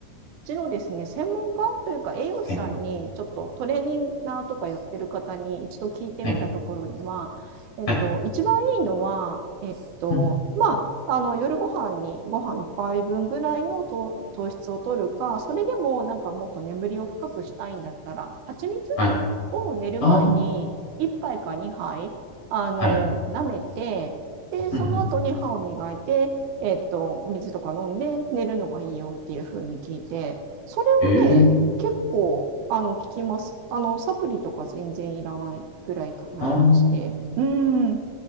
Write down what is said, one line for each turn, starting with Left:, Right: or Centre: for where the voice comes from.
Right: 事のですね、専門家というか栄養士さんに、
Left: はい。
Right: ちょっとトレーニンナーとかやってる方に一度聞いてみたところには、
Left: はい。
Right: えっと、
Left: はい。
Right: 一番いいのは、えっと、
Left: うん。
Right: まあ、あの夜ご飯にご飯一杯分ぐらいの糖糖質を取るか、それでもなんかもっと眠りを深くしたいんだったら、蜂蜜
Left: はい。
Right: を寝る前に1杯か2杯あの舐めて、
Left: ああ。はい。
Right: で、その後に歯を磨いて、
Left: うんうん。
Right: えっと、お水とか飲んで寝るのがいいよっていう風に聞いて、それはね、
Left: ええ。
Right: 結構あの効きます。あのサプリとか全然いらないぐらいかな感じで。
Left: ああ。
Right: うん。